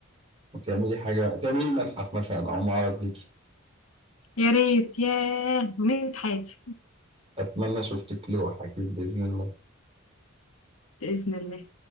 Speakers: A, on the right (about 30°); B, on the left (about 80°).
A: وتعملي حاجة تعملي متحف مثلا أو معرض ليكي
B: يا ريت، ياه! أمنية حياتي
A: أتمنى شفتك لوحة أكيد بإذن الله
B: بإذن الله.